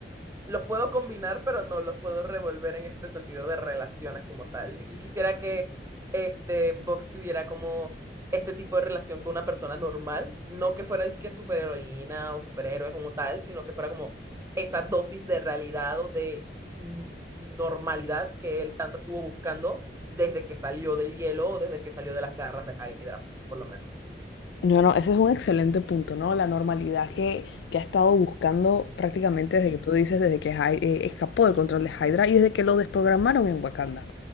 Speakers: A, on the right; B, on the left.
A: los puedo combinar, pero no los puedo revolver en este sentido de relaciones como tal. Yo quisiera que este Bucky tuviera como este tipo de relación con una persona normal, no que fuera el que superheroína o superhéroe como tal, sino que fuera como esa dosis de realidad o de mm, normalidad que él tanto estuvo buscando desde que salió del hielo o desde que salió de las garras de Hydra, por lo menos.
B: No, no, ese es un excelente punto, ¿no? La normalidad que, que ha estado buscando prácticamente desde que tú dices, desde que Hy- eh, escapó del control de Hydra y desde que lo desprogramaron en Wakanda.